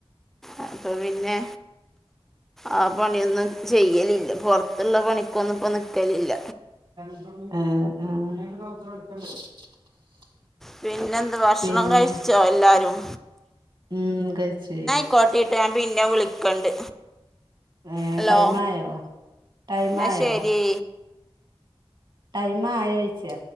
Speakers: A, in the centre; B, on the right.
A: അപ്പൊ പിന്നെ ആ പണിയൊന്നും. ചെയ്യലില്ല. പൊറത്തുള്ള പണിക്കൊന്നും ഇപ്പം നിക്കലില്ല.
B: <unintelligible>
A: പിന്നെന്ത് ഭക്ഷണം
B: പിന്നെ
A: കഴിച്ചോ എല്ലാരും?
B: ഉം കയിച്ചാര്
A: <unintelligible> ട്ടേട്ടാ പിന്നെ വിളിക്കണ്ട്.
B: ഏഹ്
A: ഹലോ
B: ടൈമായോ ടൈമായോ
A: ന്നശരി.
B: ടൈംമായോയ്ച്ച.